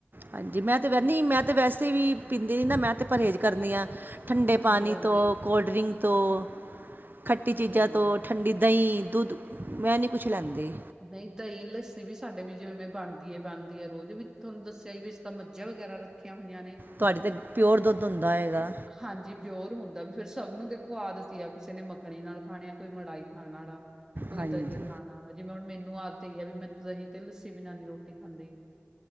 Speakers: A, on the right; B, on the right.
A: ਹਾਂਜੀ ਮੈਂ ਤੇ ਵੈ ਨੀ ਮੈਂ ਤੇ ਵੈਸੇ ਵੀ ਪੀਂਦੀ ਨ ਨਾ ਮੈਂ ਤੇ ਪਰਹੇਜ਼ ਕਰਨੀ ਆ। ਠੰਡੇ
B: ਹਾਂਜੀ
A: ਪਾਣੀ
B: ਹਾਂਜੀ
A: ਤੋਂ, ਕੋਲਡ ਡਰਿੰਕ ਤੋਂ, ਖੱਟੀ ਚੀਜ਼ਾਂ
B: ਠੀਕ
A: ਤੋਂ,
B: ਹੈ
A: ਠੰਡੀ ਦਹੀਂ, ਦੁੱਧ ਮੈਂ ਨਹੀਂ ਕੁਛ
B: ਨ-
A: ਲੈਂਦੀ।
B: ਨਹੀਂ ਦਹੀਂ ਲੱਸੀ ਵੀ ਸਾਡੇ ਵੀ ਜਿਵੇਂ ਬਣਦੀ ਹੈ- ਬਣਦੀ ਹੈ ਰੋਜ਼ ਵੀ ਤੁਹਾਨੂੰ ਦੱਸਿਆ ਹੀ ਵੀ ਅਸ ਤਾਂ ਮੱਝਾ ਵਗੈਰਾ ਰੱਖ। ਰੱਖੀਆਂ ਹੋਈਆਂ ਨੇ।
A: ਤੁਹਾਡੀੇ ਤਾਂ ਪਿਓਰ ਦੁੱਧ ਹੁੰਦਾ ਹੋਏਗਾ।
B: ਹਾਂਜੀ ਪਿਓਰ ਹੁੰਦਾ, ਵੀ ਫੇਰ ਸਭ ਨੂੰ ਦੇਖੋ ਆਦਤ ਆ ਕਿਸੇ ਨੇ ਮੱਖਣੀ ਨਾਲ ਖਾਣੀ ਆ, ਕੋਈ ਮਲਾਈ ਖਾਣ ਆਲਾ। ਕੋਈ
A: ਹਾਂਜੀ
B: ਦਹੀਂ ਖਾਣ ਆਲਾ, ਜਿਵੇਂ ਹੁਣ ਮੈਨੂੰ ਆਦਤ ਹੈਗੀ ਆ ਵੀ ਮੈਂ ਦਹੀਂ ਤੇ ਲੱਸੀ ਬਿਨਾਂ ਨਹੀਂ ਰੋਟੀ ਖਾਂਦੀ।